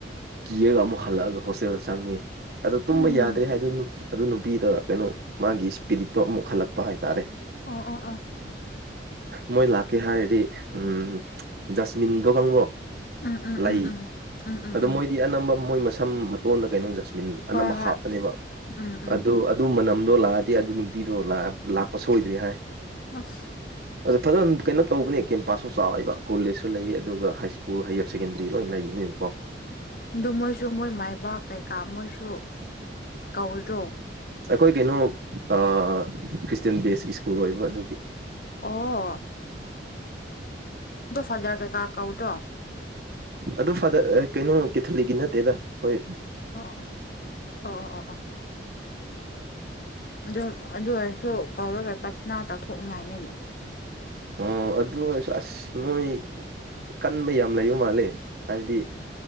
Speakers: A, on the right; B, on the left.
A: ꯀꯤꯔꯒ ꯑꯃꯨꯛ ꯍꯜꯂꯛꯑꯒ ꯍꯣꯁꯇꯦꯜꯗ ꯆꯪꯉꯦ ꯑꯗꯣ ꯇꯨꯝꯕ
B: ꯎꯝ
A: ꯌꯥꯗ꯭ꯔꯦ ꯍꯥꯏꯗ ꯅꯨꯞ ꯑꯗꯨ ꯅꯨꯄꯤꯗꯣ ꯀꯩꯅꯣ ꯃꯥꯒꯤ ꯏꯁꯄꯤꯔꯤꯠꯇꯣ ꯑꯃꯨꯛ ꯍꯜꯂꯛꯄ ꯍꯥꯏꯇꯥꯔꯦ
B: ꯑꯣ ꯑꯣ ꯑꯣ
A: ꯃꯣꯏ ꯂꯥꯛꯀꯦ ꯍꯥꯏꯔꯗꯤ ꯎꯝ ꯖꯁꯃꯤꯟꯗꯣ ꯈꯪꯕ꯭ꯔꯣ
B: ꯎꯝ ꯎꯝ ꯎꯝ
A: ꯂꯩ
B: ꯎꯝ ꯎꯝ ꯎꯝ
A: ꯑꯗꯨ
B: ꯎꯝ
A: ꯃꯣꯏꯗꯤ ꯑꯅꯝꯕ ꯃꯣꯏ ꯃꯁꯝ ꯃꯇꯣꯟꯗ ꯀꯩꯅꯣ ꯖꯁꯃꯤꯟ ꯑꯅꯝꯕ
B: ꯍꯣꯏ ꯍꯣꯏ
A: ꯍꯥꯞꯄꯅꯦꯕ
B: ꯎꯝ ꯎꯝ
A: ꯑꯗꯣ ꯑꯗꯨ ꯃꯅꯝꯗꯣ ꯂꯥꯛꯑꯗꯤ ꯑꯗꯨ ꯅꯨꯄꯤꯗꯣ ꯂꯥꯛ ꯂꯥꯛꯄ ꯁꯣꯏꯗ꯭ꯔꯦ ꯍꯥꯏ
B: ꯑꯁ
A: ꯑꯗꯣ ꯐꯖꯅ ꯀꯩꯅꯣ ꯇꯧꯕꯅꯦ ꯀꯦꯝꯄꯥꯁꯁꯨ ꯆꯥꯎꯋꯦꯕ ꯀꯣꯂꯦꯖꯁꯨ ꯂꯩꯌꯦ ꯑꯗꯨꯒ ꯍꯥꯏ ꯁ꯭ꯀꯨꯜ ꯍꯥꯏꯌꯔ ꯁꯦꯀꯦꯟꯗꯔꯤ ꯂꯣꯏ ꯂꯩꯌꯦ <unintelligible>
B: ꯑꯗꯨ ꯃꯣꯏꯁꯨ ꯃꯣꯏ ꯃꯥꯏꯕꯥ ꯀꯩꯀꯥ ꯃꯣꯏꯁꯨ ꯀꯧꯗ꯭ꯔꯣ
A: ꯑꯩꯈꯣꯏ ꯀꯩꯅꯣ ꯑ ꯈ꯭ꯔꯤꯁꯇꯌꯥꯦꯟ ꯕꯦꯁꯀꯤ ꯁ꯭ꯀꯨꯜ ꯑꯣꯏꯕ ꯑꯗꯨꯒꯤ
B: ꯑꯣ ꯣ ꯐꯥꯖꯔ ꯀꯩꯀꯥ ꯀꯧꯗ꯭ꯔꯣ
A: ꯑꯗꯣ ꯐꯥꯗꯔ ꯀꯩꯅꯣ ꯀꯦꯊꯂꯤꯛꯀꯤ ꯅꯠꯇꯦꯗ ꯍꯣꯏ
B: ꯑꯣ ꯑꯣ ꯑꯣ ꯑꯣ ꯑꯗꯨꯝ ꯑꯗꯨ ꯑꯣꯏꯔꯁꯨ ꯀꯧꯔꯒ ꯄꯊꯅꯥ ꯇꯥꯊꯣꯛꯅꯤꯡꯉꯥꯏꯅꯤꯅꯦ
A: ꯑꯣ ꯑꯗꯨ ꯑꯣꯏꯔꯁꯨ ꯑꯁ ꯃꯣꯏ ꯀꯟꯕ ꯌꯥꯝ ꯂꯩꯕ ꯃꯥꯜꯂꯦ ꯍꯥꯏꯕꯗꯤ